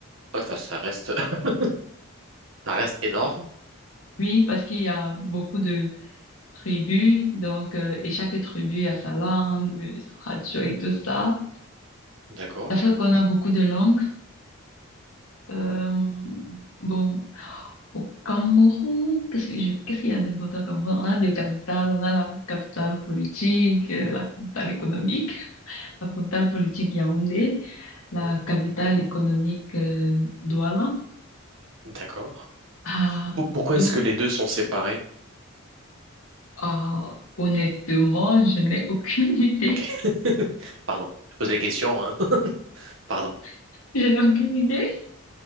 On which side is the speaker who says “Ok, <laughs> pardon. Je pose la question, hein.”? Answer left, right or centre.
Right